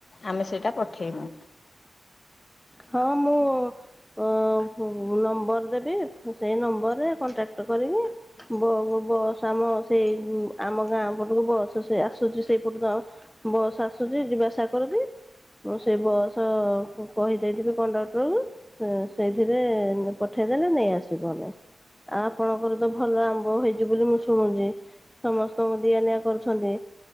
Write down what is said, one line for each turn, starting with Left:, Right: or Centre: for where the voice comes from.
Left: ଆମେ ସେଇଟା ପଠେଇମୁ।
Centre: ହଁ ମୁଁ ଅଁ ମୁ ନମ୍ବର ଦେବି। ସେଇ ନମ୍ବରରେ କଣ୍ଟାକ୍ଟ କରିକି ବବସ୍ ଆମ ସେଇ ଆମ ଗାଁ ପଟକୁ ବସ୍ ସେ ଆସୁଛି। ସେଇପଟ ବସ୍ ଆସୁଛି ଯିବା ଆସା କରୁଛି ମୁଁ ସେ ବସ୍ କହି ଦେଇଥିବେ କଣ୍ଡକ୍ଟରକୁ ସେଇଥିରେ ପଠେଇଦେଲେ ନେଇ ଆସିବୁ ଆମେ ଆଉ ଆପଣଙ୍କର ତ ଭଲ ଆମ୍ବ ହେଇଛି ବୋଲି ମୁଁ ଶୁଣୁଛି। ସମସ୍ତଙ୍କୁ ଦିଆ ନିିଆ କରୁଛନ୍ତି,